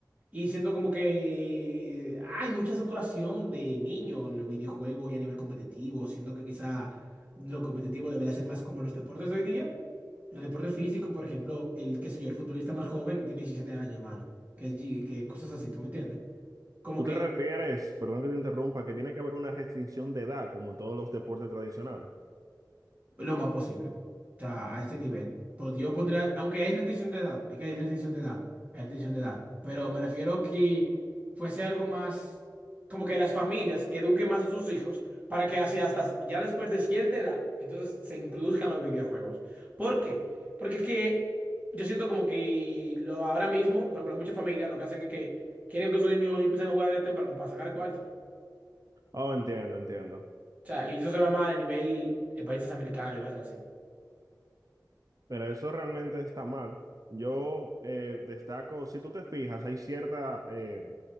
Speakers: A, on the right (about 20°); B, on the right (about 50°).
A: Y siento como que hay mucha saturación de niños en los videojuegos y a nivel competitivo. Siento que quizá lo competitivo debería ser más como los deportes de hoy día. Los deportes físicos, por ejemplo, el, qué sé yo, el futbolista más joven tiene 17 años, hermano. Que, es G- que cosas así, ¿tú me entiendes? Como
B: ¿Tú
A: que
B: te refieres, perdón que te interrumpa, que tiene que haber una restricción de edad, como en todos los deportes tradicionales?
A: Lo más posible. O sea, a ese nivel. Pues yo pondría, aunque hay restricción de edad, hay que hay restricción de edad, hay restricción de edad. Pero me refiero que fuese algo más, como que las familias eduquen más a sus hijos para que así hasta ya después de cierta edad, entonces se introduzcan los videojuegos. ¿Por qué? Porque es que yo siento como que lo ahora mismo, por ejemplo, muchas familias lo que hacen es que quieren que sus niños empiecen a jugar de temprano para sacar el cuarto. O
B: Oh, entiendo, entiendo.
A: sea, y eso se va más a nivel de países americanos y cosas así.
B: Mira, eso realmente está mal. Yo eh, destaco, si tú te fijas, hay cierta eh,